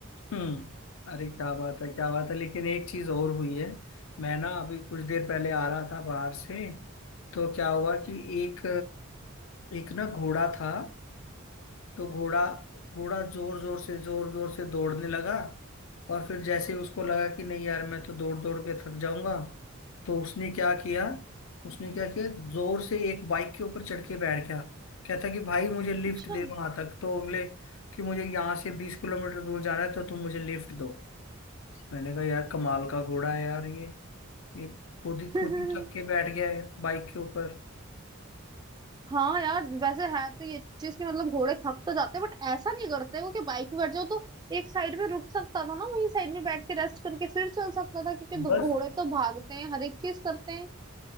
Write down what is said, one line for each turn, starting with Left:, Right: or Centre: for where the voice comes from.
Left: हम्म अरे क्या बात है क्या बात है लेकिन एक चीज और हुई है मैं ना अभी कुछ देर पहले आ रहा था बाहर से तो क्या हुआ कि एक एक ना घोड़ा था तो घोड़ा घोड़ा जोर जोर से जोर जोर से दौड़ने लगा और फिर जैसे उसको लगा कि नहीं यार मैं तो दौड़ दौड़ के थक जाऊंगा तो उसने क्या किया उसने क्या किया जोर से एक बाइक के ऊपर चढ़ के बैठ गया कहता कि भाई मुझे लिफ्ट
Right: अच्छा
Left: दे वहां तक तो बोले कि मुझे यहाँ से बीस किलोमीटर दूर जाना है तो तुम मुझे लिफ्ट दो मैंने कहा यार कमाल का घोड़ा है यार ये ये खुद ही खुद
Right: <laughs>
Left: ही चक के बैठ गया है बाइक के ऊपर
Right: हाँ यार वैसे है तो ये चीज की मतलब घोड़े थक तो जाते हैं बट ऐसा नहीं करते वो कि बाइक में बैठ जाओ तो एक साइड में रुक सकता था ना वहीं साइड में बैठ के रेस्ट करके फिर चल सकता था क्योंकि
Left: बस
Right: घोड़े तो भागते हैं हर एक चीज करते हैं